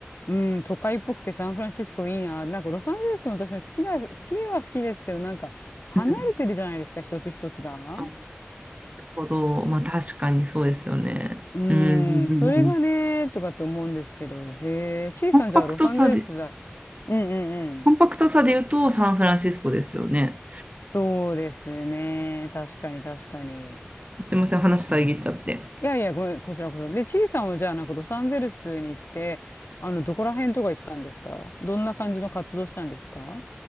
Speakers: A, on the left; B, on the right.
A: うん、都会っぽくてサンフランシスコいいな。なんかロサンゼルスも私も好きだ、好きは好きですけど、なんか離れてるじゃないですか、
B: うんうんうん。
A: 一つ一つが。
B: なるほど。まあ確かにそうですよね。
A: うーん、
B: うんうんうんうん。
A: それがね、とかって思うんですけど、へえ、ちいさんじゃあロサンゼルスだ。
B: コンパクトさで、
A: うんうんうん。
B: コンパクトさで言うとサンフランシスコですよね。
A: そうですね。確かに確かに。
B: すいません、話遮っちゃって。
A: いやいや、ごめん、こちらこそ。で、ちいさんはじゃあなんかロサンゼルスに行って、あの、どこら辺とか行ったんですかどんな感じの活動したんですか